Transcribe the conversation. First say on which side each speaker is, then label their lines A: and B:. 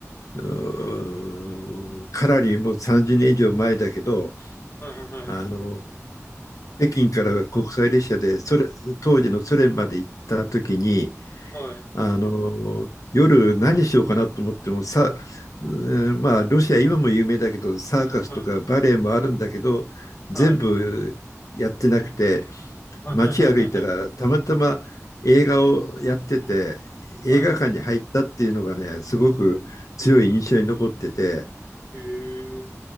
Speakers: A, on the left; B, on the left.
A: うーかなりもう30年以上前だけど、
B: はいはいはい。
A: あの、北京から国際列車でそれ、当時のソ連まで行った時に、
B: はい。
A: あの夜何しようかなと思ってもさ、えーまあロシア今も有名だけどサーカスとかバレエもあるんだけど全部やってなくて
B: はい。はい。はいはいはいはい。
A: 街歩いたらたまたま映画をやってて映画館に入ったっていうのがねすごく強い印象に残ってて
B: はい。へえ